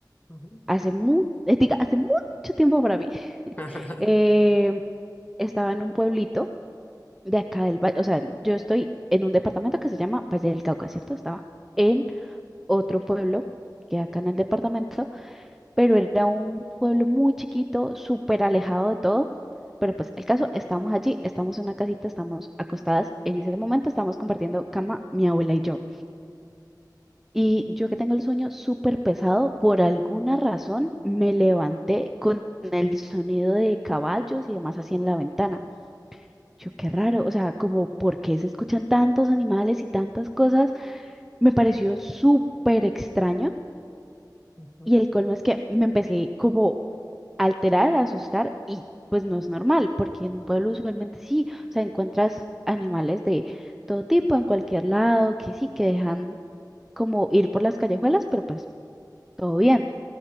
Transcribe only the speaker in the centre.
hace, mu- eh, diga, hace mucho tiempo para mí, <laughs>
eh, estaba en un pueblito de acá del valle, o sea, yo estoy en un departamento que se llama Valle del Cauca, ¿cierto? Estaba en otro pueblo que acá en el departamento, pero era un pueblo muy chiquito, súper alejado de todo. Pero pues el caso, estamos allí, estamos en una casita, estamos acostadas. En ese momento estamos compartiendo cama mi abuela y yo. Y yo que tengo el sueño súper pesado, por alguna razón me levanté con el sonido de caballos y demás así en la ventana. Yo, qué raro, o sea, como por qué se escuchan tantos animales y tantas cosas, me pareció súper extraño.
Y el colmo es que me empecé como a alterar, a asustar y pues no es normal, porque en un pueblo usualmente sí, o sea, encuentras animales de todo tipo en cualquier lado, que sí, que dejan como ir por las callejuelas, pero pues todo bien.